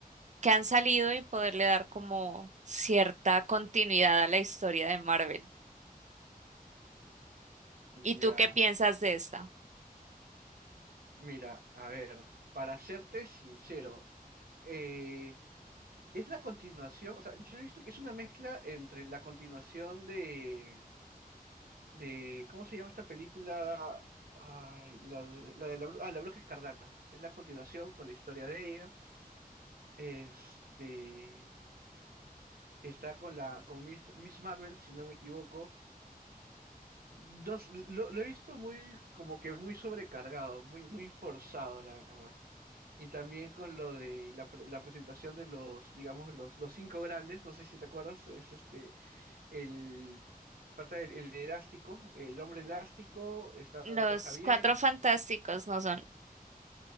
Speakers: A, on the right; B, on the right.
A: que han salido y poderle dar como cierta continuidad a la historia de Marvel. ¿Y tú
B: Ya.
A: qué piensas de esta?
B: Mira, a ver, para serte sincero, eh, es la continuación, o sea, yo he visto que es una mezcla entre la continuación de, de, ¿cómo se llama esta película? Ay, la, de la, de la bru- ah, La Bruja Escarlata. Es la continuación con la historia de ella. Este, está con la, con Miss, Miss Marvel, si no me equivoco. Dos, lo, lo he visto muy, como que muy sobrecargado, muy, muy forzado, la verdad. Y también con lo de la, pre- la presentación de los, digamos, los, los cinco grandes, no sé si te acuerdas, es este, el pata del el elástico, el hombre elástico, está
A: Los
B: Doctor Javier,
A: Cuatro Fantásticos no son.